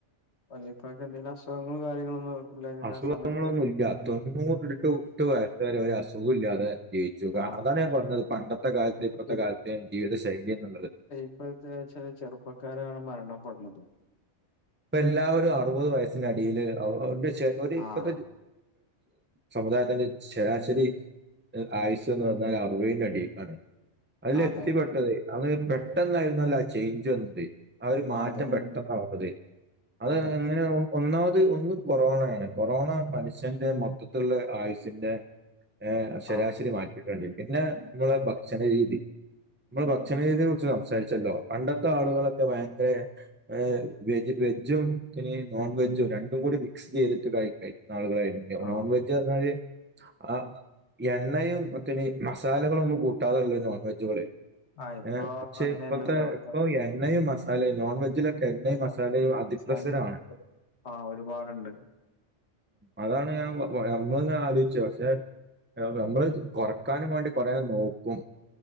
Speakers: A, on the left; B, on the right.
A: വല്ലിപ്പാക്ക് എന്തെിലും അസുഖങ്ങളും കാര്യങ്ങളൊന്നും ഇല്ലായിരുന്ന
B: അസുഖങ്ങളൊന്നുമല്ല
A: ആ സമയത്ത്
B: തൊണ്ണൂറ് എട്ട് എട്ട് വയസ്സ വരെ ഒരു അസുഖം ഇല്ലാതെ ജീവിച്ചു
A: ആ
B: അതാണ് ഞാൻ പറഞ്ഞത് പണ്ടത്തെ കാലത്ത്
A: ഇപ്പ
B: ഇപ്പത്തെ കാലത്ത ജീവിതശൈലി എന്നുള്ളത്.
A: ഇപ്പോഴ ചില ചെറുപ്പക്കാരാണ് മരണപ്പെടുന്നത്.
B: ഇപ്പ എല്ലാവരും അറുപത് വയസ്സിനടിയില് ചെലോൽ ഇപ്പത്തെ
A: ആഹ്
B: സമുദായത്തിൻ്റെ ശരാശരി ആയുസ് എന്ന് പറഞ്ഞാൽ അറുവതിന്റെ അടിക്കാണ് അതില
A: അതെ
B: എത്തിപ്പെട്ടത് അന്ന് പെട്ടെന്നായിരുന്നല്ലോ ആ ചേഞ്ച് വന്നിട്ട് ആ ഒരു മാറ്റം
A: അതെ
B: പെ ആ അതെ അത്
A: അതെ
B: എങ്ങനെയ ഒന്നാമത് ഒന്ന് കൊറോണയാണ് കൊറോണ മനുഷ്യന്റെ മൊത്തത്തിൽള്ള ആയുസിന്റെ ഏഹ് ശെരാശരി
A: ആഹ്
B: മാറ്റിട്ട്ണ്ട് പിന്നെ നമ്മളെ ഭക്ഷണ രീതി നമ്മള് ഭക്ഷണ രീതിയെ കുറിച്ച് സംസാരിച്ചല്ലോ പണ്ടത്തെ ആളുകളൊക്കെ ഭയങ്കര ഏഹ് വെജ് വെജും പിന്നെയീ നോൺ വെജും രണ്ടും കൂടി മിക്സ് ചെയ്തിട്ട് കഴി കഴിക്കുന്ന ആളുകളായിരുന്നു.
A: ആഹ്
B: നോൺ വെജ്ജാർഞ്ഞാല് ആഹ് എണ്ണയും <unintelligible> മസാലകളൊന്നും കൂട്ടാതെള്ള നോൺ വെജുകള്.
A: ആഹ് ഇപ്പൊ
B: ഏഹ് പക്ഷെ
A: അങ്ങനെയല്ലല്ലോ
B: ഇപ്പത്തെ
A: ഇപ്പൊ
B: ഇപ്പം എണ്ണയും മസാലയും നോൺ വെ ക്കെണ്ണയും
A: അല്ല
B: മസാലയും അതിപ്രസര
A: അവസാനം
B: ആണ്.
A: ഒരു ആഹ് ഒരുപാടുണ്ട്
B: അതാണ് ഞാൻ നമ്മളിങ്ങനെ ആലോയ്ച്ചു പക്ഷെ ഏഹ് നമ്മള് കൊറക്കാനും വേണ്ടി കൊറേ നോക്കും.